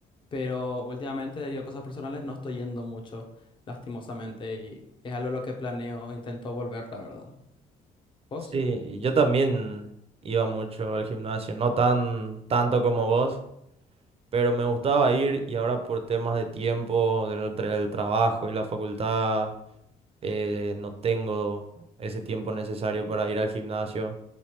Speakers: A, on the left (about 30°); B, on the right (about 35°).
A: pero últimamente debido a cosas personales no estoy yendo mucho, lastimosamente, y es algo a lo que planeo, e intento volver, la verdad. ¿Vos?
B: Sí, yo también iba mucho al gimnasio, no tan tanto como vos, pero me gustaba ir y ahora por temas de tiempo, de- entre el trabajo y la facultad, eh, no tengo ese tiempo necesario para ir al gimnasio,